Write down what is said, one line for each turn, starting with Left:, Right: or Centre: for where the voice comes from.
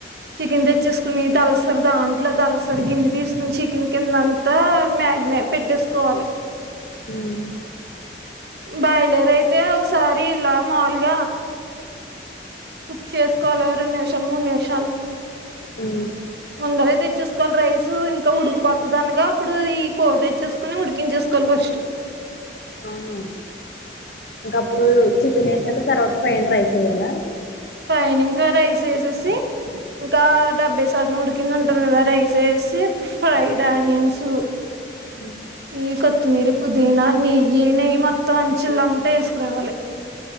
Right: చికెన్ తెచ్చేసుకుని తలసరి దాంట్లో తలసరి గిన్నె తీసుకుని చికెన్ కింద అంతా మె పెట్టేసుకోవాలి
Left: మ్మ్
Right: బయలరు అయితే ఒకసారి ఇలా మాములుగ కుక్ చేసుకోవాలి రెండు నిమిషాలు మూడు నిమిషాలు
Left: హు
Right: ముందర తెచ్చేసుకోవాలి రైస్ ఇంకా ఉడికిపోతది అనగా అప్పుడు ఈ కూర తెచ్చేసుకొని ఉడికించేసుకోవాలి <unintelligible> స్టు
Left: ఆహా ఇంక అప్పుడు చికెన్ వేసాక తర్వాత పైన రరైస్ ఏయ్యల
Right: పైన ఇంకా రైస్ ఏసేసి ఇంకా డెబ్బై శాతం ఉదికింది ఉంటది కదా రైస్ వేసి ఇప్పుడు ఫ్రైడ్ ఆనియన్స్
Left: అ
Right: ఈ కొత్తిమీర పుదీనా నెయ్యి నెయ్యి మొత్తం అంచుల అమ్మటే వేసుకురావాలి